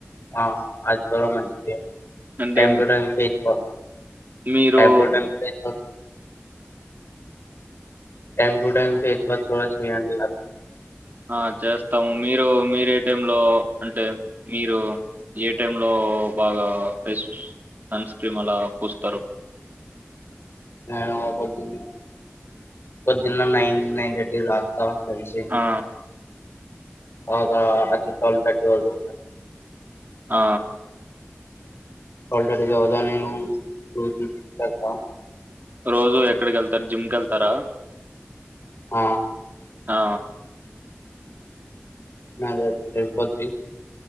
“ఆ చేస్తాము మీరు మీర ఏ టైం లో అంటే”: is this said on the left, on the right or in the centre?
Right